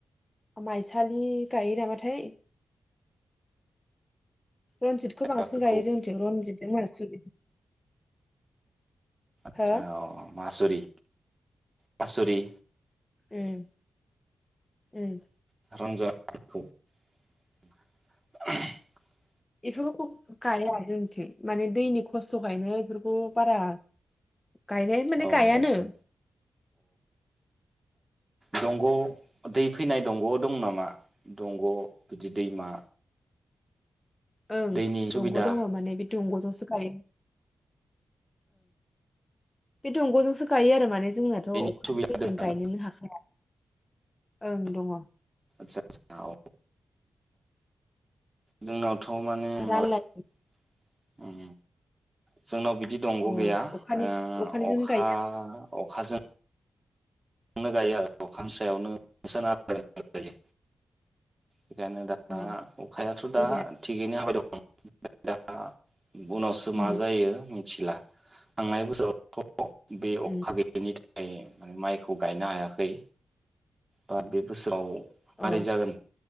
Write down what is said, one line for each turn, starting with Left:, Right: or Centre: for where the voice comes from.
Left: माइसालि गायो नामाथाय, रनजिथ खौ बांसिन
Right: फोरखौ
Left: गायो जोंनिथिं रनजितजों मायसालि
Right: आतसा
Left: हो
Right: अ मासुरि मासुरि
Left: ओम ओम
Right: <unintelligible>
Left: बेफोरखौ गाया जोंनिथिं माने दैनि खस्थ'खायनो बेफोरखौ बारा गायनाय माने
Right: औ
Left: गायानो
Right: आदसा दंग' दै फैनाय दंग' दं नामा दंग' बिदि दैमा
Left: ओं
Right: दैनि सुबिदा
Left: दंग' दङ माने बिदि दंग'जोंसो गायो बे दंग'जोंसो गायो आरो माने जोंनाथ'
Right: दैनि
Left: अखानि
Right: सुबिदा
Left: दैजों
Right: दं आरोना
Left: गायनोनो हाखाया ओं दङ
Right: आदसा आदसा औ जोंनाव माने उम
Left: रानलाय
Right: जोंनाव बिदि दंग
Left: अ
Right: गैया ओ
Left: अखानि अखानिजोंनो
Right: अखा
Left: गायो
Right: अखाजों नो गायो आरो अखानि सायावनो सोनारना गायो। बेखायनो दा
Left: आरो। अ
Right: अखायाथ दा
Left: जोंनिया
Right: थिगैनो हाबाय दं। <unintelligible> उनावसो मा
Left: उम
Right: जायो मिथिला। थांनाय बोसोरावथ बे अखा
Left: उम
Right: गोयैनि थाखाय माइ खौ गायनो हायाखै। बा बे बोसोराव
Left: अ
Right: मारै जागोन